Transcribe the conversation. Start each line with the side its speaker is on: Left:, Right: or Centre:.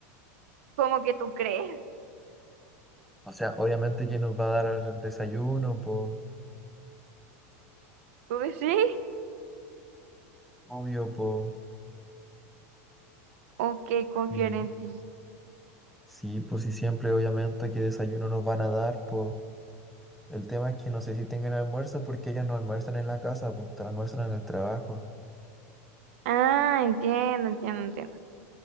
Right: como que tú crees,
Centre: O sea, obviamente que nos va a dar el desayuno, po.
Right: tú decís,
Centre: Obvio, po.
Right: o que confiar
Centre: Y
Right: en ti.
Centre: sí, pues sí, siempre, obviamente, que desayuno nos van a dar, po. El tema es que no sé si tengan almuerzo porque ellas no almuerzan en la casa, pues almuerzan en el trabajo.
Right: Ah, entiendo, entiendo, entiendo.